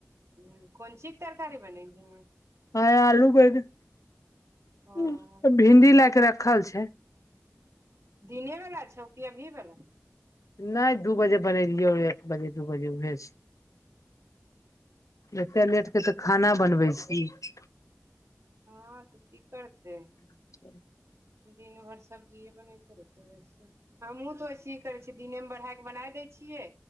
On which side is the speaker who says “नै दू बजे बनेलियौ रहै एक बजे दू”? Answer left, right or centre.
Left